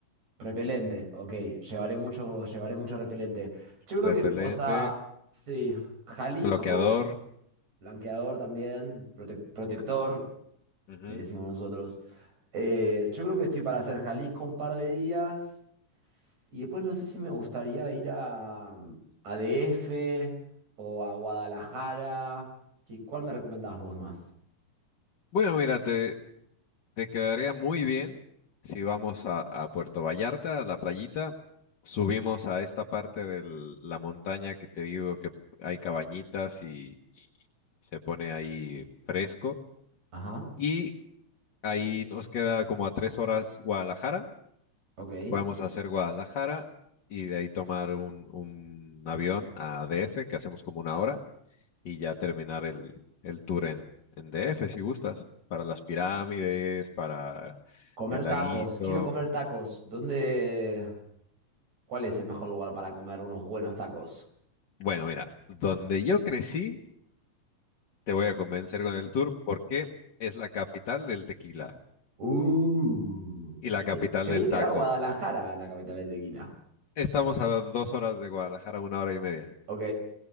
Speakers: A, on the right (about 70°); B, on the left (about 50°).
A: Repelente, ok. Llevaré mucho, llevaré mucho repelente. Yo creo
B: repelente,
A: que, o sea, sí, Jalisco.
B: bloqueador.
A: Blanqueador también, prote- protector,
B: ujú.
A: le decimos nosotros. Eh, yo creo que estoy para hacer Jalisco un par de días y después no sé si me gustaría ir a, mm, a DF o a Guadalajara. ¿Qué- ¿Cuál me recomendás vos más?
B: Bueno, mírate, Te quedaría muy bien si vamos a, a Puerto Vallarta, a la playita, subimos a esta parte de la montaña que te digo que hay cabañitas y, y se pone ahí fresco.
A: Ajá,
B: Y ahí nos queda como a tres horas Guadalajara.
A: ok.
B: Podemos hacer Guadalajara y de ahí tomar un, un avión a DF, que hacemos como una hora y ya terminar el, el tour en, en DF, si gustas, para las pirámides, para
A: Comer
B: el laguito.
A: tacos, quiero comer tacos. ¿Dónde? ¿Cuál es el mejor lugar para comer unos buenos tacos?
B: Bueno, mira, donde yo crecí, te voy a convencer con el tour porque es la capital del tequila
A: Uh.
B: y la capital
A: Eh, Creí
B: del
A: que
B: taco.
A: era Guadalajara la capital de tequila.
B: Estamos a dos horas de Guadalajara, una hora y media.
A: Ok,